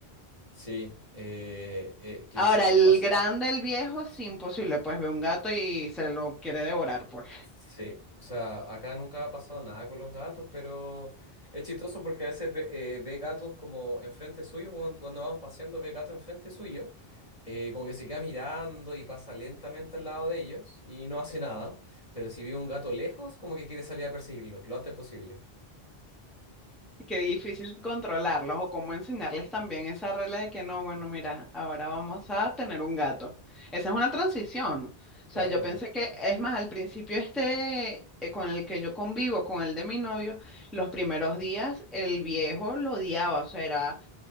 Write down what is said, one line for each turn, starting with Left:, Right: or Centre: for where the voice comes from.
Left: Sí, eh, eh, que
Centre: Ahora,
Left: sí, pues
Centre: el
Left: paso.
Centre: grande, el viejo, sí, imposible, pues ve un gato y se lo quiere devorar, pues.
Left: Sí, o sea, acá nunca ha pasado nada con los gatos, pero es chistoso porque a veces ve, eh, ve gatos como enfrente suyo, cuando, cuando vamos paseando ve gatos enfrente suyo, eh, como que se queda mirando y pasa lentamente al lado de ellos y no hace nada, pero si ve un gato lejos, como que quiere salir a perseguirlo lo antes posible.
Centre: Y Qué difícil controlarlos o cómo enseñarles también esa regla de que no, bueno, mira, ahora vamos a tener un gato. Esa es una transición.
Left: Claro.
Centre: O sea, yo pensé que, es más, al principio este, eh, con el que yo convivo, con el de mi novio, los primeros días el viejo lo odiaba, o sea, era